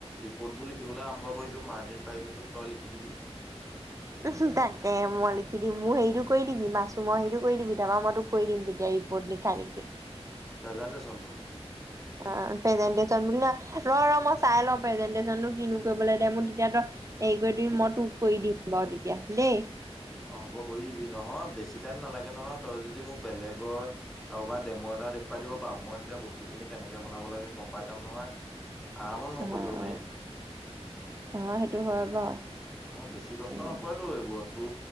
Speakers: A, in the centre; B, on the right.
A: ৰিপৰ্টবোৰ লিখিবলৈ আৰম্ভ কৰিছো, মাৰ্জিন পাই থৈছো তই লিখি দিবি।
B: উহো, তাকে মই লিখি দিম, মোৰ হেৰিটো কৰি দিবি মাছৰুমৰ সেইটো কৰি দিবি তাৰপৰা মই তোক কৰি দিম তেতিয়া এ বৰ্ণিকাৰীকে।
A: প্ৰেজাণ্টেশ্যনটো?
B: অ প্ৰেজেনটেশচন বুলি ন, ৰ ৰ মই চাই লওঁ প্ৰেজেনটেশচনো কিনো কৰিব লাগে দে মোৰ তেতিয়া তই এই কৰি দিবি মই তোক কৰি দিম বাৰু তেতিয়া দেই।
A: অ হ'ব, কৰি দিবি নহয় বেছি টাইম নালাগে নহয় তই যদি মোক বেলেগৰ কাৰোবাৰ ডেম' এটা দেখুৱাই দিব পাৰো, মই তেতিয়া বস্তুখিনি কেনেকে বনাব লাগে গম পাই যাম নহয়। আৰামত মই
B: অহ
A: কৰি দিব পাৰিম
B: অ, অহ সেইটো হয় বাৰু।
A: অ
B: তাকে
A: বেছি কষ্ট নপৰেতো এইবোৰততো